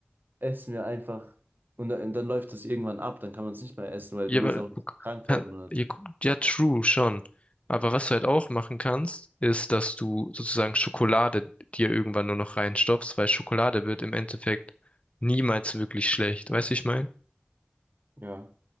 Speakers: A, on the right; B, on the left.
A: essen wir einfach und dann, dann läuft das irgendwann ab, dann kann man es nicht mehr essen, weil
B: Ja,
A: du willst
B: aber
A: auch nicht
B: du
A: krank
B: kann,
A: werden oder
B: ja, gu- ja, true, schon. Aber was du halt auch machen kannst, ist, dass du sozusagen Schokolade dir irgendwann nur noch reinstopfst, weil Schokolade wird im Endeffekt niemals wirklich schlecht. Weißt du, wie ich meine?
A: Ja.